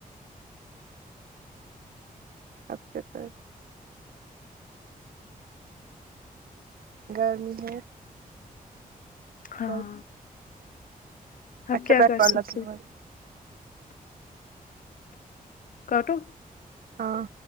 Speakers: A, on the right (about 75°); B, on the left (about 60°).
A: اب کیا پھر گرمی ہے
B: ہاں
A: سب
B: اب
A: اچھا
B: کیا
A: بیٹ
B: کر
A: بال
B: سکتے
A: لگے ہوا
B: کاٹو
A: ہاں